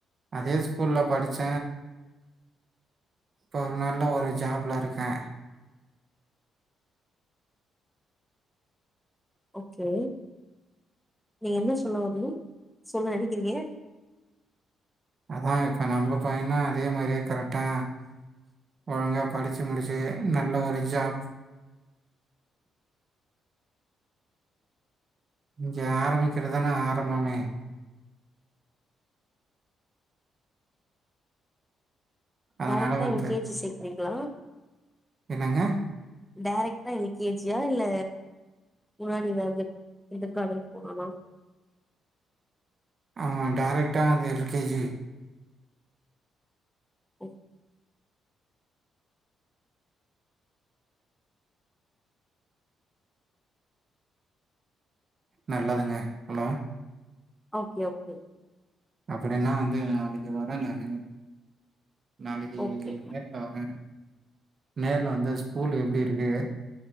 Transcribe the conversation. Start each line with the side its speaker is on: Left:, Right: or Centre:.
Right: அதே ஸ்கூல்ல படிச்ச இப்போ ஒரு நல்ல ஒரு ஜாப்ல இருக்க
Centre: ஓகே நீங்க என்ன சொல்ல வரீங்க சொல்ல நெனைக்கிறீங்க
Right: அதா இப்ப நம்ம பையன அதே மாரியே கரெக்டா ஒழுங்கா படிச்சு முடிச்சு நல்ல ஒரு ஜாப் இங்க ஆரம்பிக்கிறதுதானா ஆரம்பமே அதனால
Centre: டேரெக்ட்டா
Right: வந்து
Centre: எல் கே ஜி சேக்ரிங்களா
Right: என்னங்க
Centre: டேரக்டா எல் கே ஜி யா இல்ல முன்னாடி எதாவது லிட்டில் கார்டன் போனானா
Right: ஆ டேரக்ட்டா அந்த எல் கே ஜி
Centre: ஓ
Right: நல்லதுங்க ஹலோ
Centre: ஓகே ஓகே
Right: அப்டின்னா வந்து நாளைக்கு வரன் நானு நாளைக்கு
Centre: ஓகே
Right: லீவுல வர நேர்ல வந்து ஸ்கூல் எப்டி இருக்கு